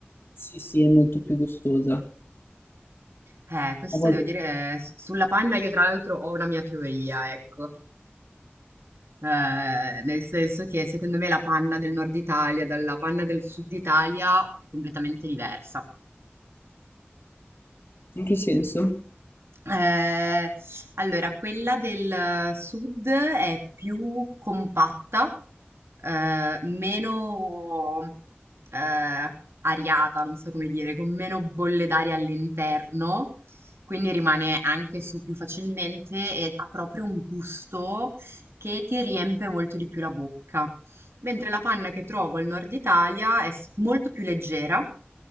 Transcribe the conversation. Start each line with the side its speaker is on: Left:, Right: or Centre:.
Left: sì, sì, è molto più gustosa.
Right: Eh, questo
Left: A volte
Right: devo dire, s- sulla panna io tra l'altro ho una mia teoria, ecco. Eh, nel senso che secondo me la panna del nord Italia dalla panna del sud Italia è completamente diversa.
Left: in che senso?
Right: Ehm, allora quella del sud è più compatta, ehm, meno, ehm, ariata, non so come dire, con meno bolle d'aria all'interno, quindi rimane anche su più facilmente e ha proprio un gusto che ti riempie molto di più la bocca. Mentre la panna che trovo al nord Italia è s- molto più leggera